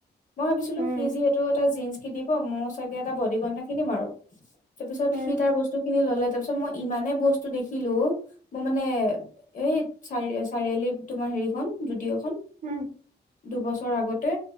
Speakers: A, on the left; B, on the right.
A: মই ভাবিছিলো
B: উম
A: সি যিহেতু এটা জিন্স কিনিব মই চাগে এটা বডিগন্ট এটা কিনিম আৰু তাৰপিছত
B: উম
A: সি তাৰ বস্তু খিনি ল'লে তাৰ পিছত মই ইমানে বস্তু দেখিলো মই মানে এই চাৰি চাৰিআলি তোমাৰ হেৰিখন যদি'অখন
B: হম
A: দুবছৰ আগতে